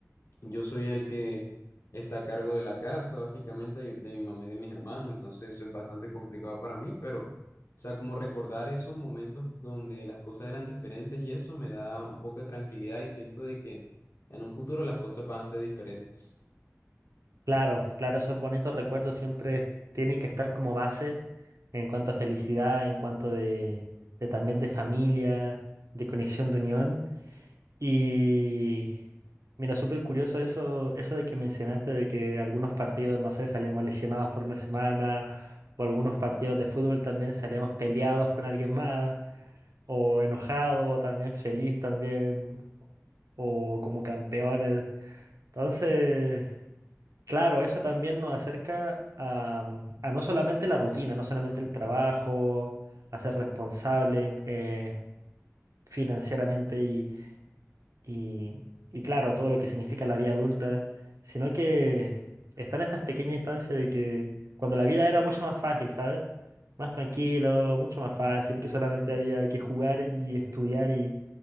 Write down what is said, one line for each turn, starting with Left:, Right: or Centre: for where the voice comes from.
Left: yo soy el que está a cargo de la casa, básicamente de, de mi mamá y de mis hermanos, entonces eso es bastante complicado para mí, pero, o sea, como recordar esos momentos donde las cosas eran diferentes y eso me da un poco de tranquilidad y siento de que en un futuro las cosas van a ser diferentes.
Right: Claro, claro, esos bonitos recuerdos siempre tienen que estar como base en cuanto a felicidad, en cuanto de, de también de familia, de conexión, de unión. Y mira, súper curioso eso, eso de que mencionaste de que algunos partidos, no sé, salíamos lesionados por una semana, o algunos partidos de fútbol también salíamos peleados con alguien más, o enojado, o también feliz también, o como campeones. Entonces... Claro, eso también nos acerca a, mm, a no solamente la rutina, no solamente el trabajo, a ser responsable eh, financieramente y, y, y claro, todo lo que significa la vida adulta, sino que están estas pequeñas instancias de que cuando la vida era mucho más fácil, ¿sabes? Más tranquilo, mucho más fácil, que solamente había que jugar y estudiar y,